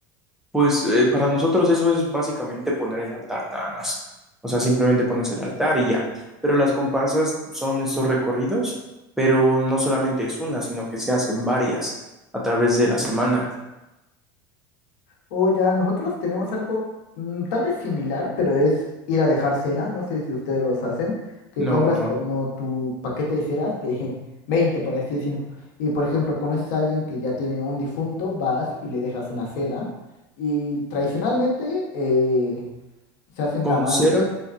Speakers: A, in the centre; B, on the left.
A: Pues eh, para nosotros eso es básicamente poner el altar nada más. O sea, simplemente pones el altar y ya. Pero las comparsas son estos recorridos, pero no solamente es una, sino que se hacen varias a través de la semana.
B: O ya, nosotros tenemos algo mm, tal vez similar, pero es ir a dejar cera. No sé si ustedes los hacen, que
A: No,
B: compras
A: no.
B: como tu paquete de ceras de <laughs> 20, por así decirlo. Y por ejemplo, conoces a alguien que ya tiene un difunto, vas y le dejas una cera. Y tradicionalmente eh, se hacen
A: Con
B: tamales,
A: cera,